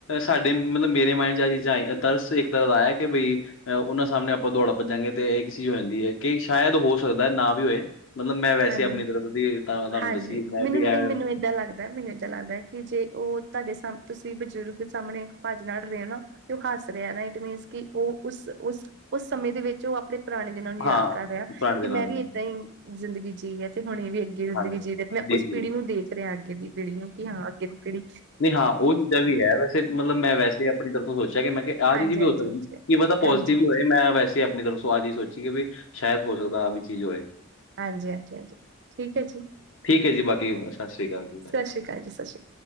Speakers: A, on the left; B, on the right.
A: ਸਾਡੇ ਮਤਲਬ ਮੇਰੇ ਮਾਇੰਡ 'ਚ ਆਹ ਚੀਜ਼ਾਂ ਤਰਸ ਇੱਕ ਤਰ੍ਹਾਂ ਦਾ ਆਇਆ ਕਿ ਬਈ ਅਹ ਉਹਨਾਂ ਸਾਹਮਣੇ ਆਪਾਂ ਦੌੜ ਭੱਜਾਂਗੇ ਤੇ ਇਹ ਇੱਕ ਚੀਜ਼ ਹੋ ਜਾਂਦੀ ਹੈ। ਕਿ ਸ਼ਾਇਦ ਹੋ ਸਕਦਾ ਨਾ ਵੀ ਹੋਏ ਮਤਲਬ ਮੈਂ ਵੈਸੇ
B: ਹਾਂਜੀ
A: ਆਪਣੀ ਤਰਫ਼ ਦੀ ਤਾਂ ਤੁਹਾਨੂੰ
B: ਹਾਂਜੀ
A: ਦੱਸੀ। ਮੈਂ
B: ਮੈਨੂੰ
A: ਵੀ ਐ
B: ਨਹੀਂ ਮੈਨੂੰ ਏਦਾਂ ਲੱਗਦਾ। ਮੈਨੂੰ ਤਾਂ ਲੱਗਦਾ ਕਿ ਜੇ ਉਹ ਤੁਹਾਡੇ ਸ ਤੁਸੀ ਬਜ਼ੁਰਗ ਸਾਹਮਣੇ ਇੱਕ ਭੱਜ ਨਾਲ ਰਹੇ ਨਾ ਤੇ ਹੱਸ ਰਿਹਾ ਨਾ ਇਟ ਮੀਨਸ ਕਿ ਉਹ ਉਸ- ਉਸ- ਉਸ ਸਮੇਂ ਦੇ ਵਿੱਚ ਉਹ ਆਪਣੇ ਪੁਰਾਣੇ ਦਿਨਾਂ ਨੂੰ ਯਾਦ
A: ਹਾਂ,
B: ਕਰ ਰਿਹਾ
A: ਪੁਰਾਣੇ
B: ਕਿ
A: ਦਿਨਾਂ
B: ਮੈਂ
A: ਨੂੰ
B: ਵੀ
A: ਹਾਂ,
B: ਏਦਾਂ ਹੀ ਜ਼ਿੰਦਗੀ ਜੀ ਹੈ ਤੇ ਹੁਣੇ ਵੀ ਜ਼ਿੰਦਗੀ
A: ਹਾਂਜੀ,
B: ਜੀ
A: ਹਾਂ।
B: ਰਿਹਾ ਮੈਂ ਉਸ
A: ਜੀ।
B: ਪੀੜੀ ਨੂੰ ਦੇਖ ਰਿਹਾ ਅੱਗੇ ਦੀ ਪੀੜੀ ਨੂੰ ਕਿ ਹਾਂ ਅੱਗੇ ਦੀ ਪੀੜੀ
A: ਨਹੀ ਹਾਂ ਉਹ ਚੀਜ਼ਾਂ ਵੀ ਹੈ ਵੈਸੇ ਮਤਲਬ ਮੈਂ ਵੈਸੇ ਆਪਣੀ ਤਰਫੋਂ ਸੋਚਿਆ ਕਿ ਮੈਂ ਕਿਹਾ ਆਹ
B: ਹਾਂਜੀ
A: ਚੀਜ਼ ਵੀ
B: ਹਾਂਜੀ
A: ਹੋ ਸਕਦੀ।
B: ਹਾਂਜੀ
A: ਕੀ ਬਤਾ ਪੋਜ਼ੀਟਿਵ
B: ਹਾਂਜੀ ਹਾਂਜੀ
A: ਵੀ ਹੋਏ ਮੈਂ ਵੈਸੇ ਆਪਣੀ ਤਰਫ ਆਹ ਚੀਜ਼ ਸੋਚੀ ਕਿ ਵੀ ਸ਼ਾਇਦ ਹੋ ਸਕਦਾ ਆ ਵੀ ਚੀਜ਼ ਹੋਏ।
B: ਹਾਂਜੀ -ਹਾਂਜੀ -ਹਾਂਜੀ ਠੀਕ ਹੈ ਜੀ।
A: ਠੀਕ ਹੈ ਜੀ ਬਾਕੀ ਸਤਿ ਸ਼੍ਰੀ ਅਕਾਲ ਜੀ
B: ਸਤਿ ਸ਼੍ਰੀ ਅਕਾਲ ਜੀ ਸਤਿ ਸ਼੍ਰੀ ਅਕਾਲ।